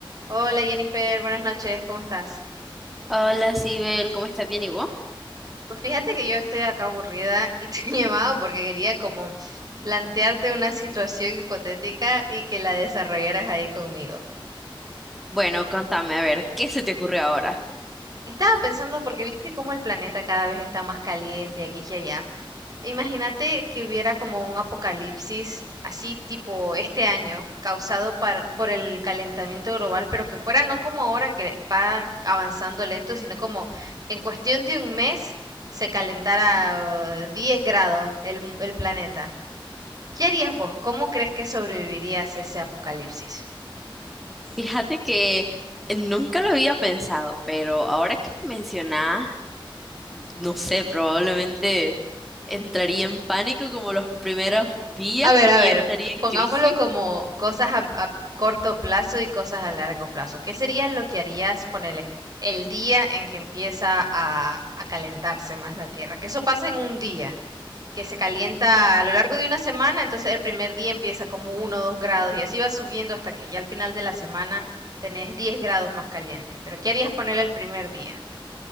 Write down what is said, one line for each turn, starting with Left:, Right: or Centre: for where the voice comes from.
Right: Hola Jennifer, buenas noches, ¿cómo estás?
Centre: Hola, Sibel, ¿cómo estás? ¿Bien y vos?
Right: Pues fíjate que yo estoy acá aburrida y <laughs> te he llamado porque quería como plantearte una situación hipotética y que la desarrollaras ahí conmigo.
Centre: Bueno, contame, a ver, ¿qué se te ocurrió ahora?
Right: Estaba pensando porque viste cómo el planeta cada vez está más caliente y aquí y allá. Imagínate que hubiera como un apocalipsis así tipo este año causado par- por el calentamiento global, pero que fuera no como ahora que va avanzando lento, sino como en cuestión de un mes se calentara eh, 10 grados el, mu- el planeta. ¿Qué harías vos? ¿Cómo crees que sobrevivirías ese apocalipsis?
Centre: Fíjate que nunca lo había pensado, pero ahora que mencionás, no sé, probablemente entraría en pánico como los primeros días
Right: A ver,
Centre: <laughs> y
Right: a ver,
Centre: estaría en
Right: pongámoslo
Centre: crisis.
Right: como cosas a, a corto plazo y cosas a largo plazo. ¿Qué sería lo que harías, ponele, el día en que empieza a, a calentarse más la Tierra? Que eso pasa en un día, que se calienta a lo largo de una semana, entonces el primer día empieza como uno, o 2 grados y así va subiendo hasta que ya al final de la semana tenés 10 grados más calientes. Pero ¿qué harías ponerle el primer día?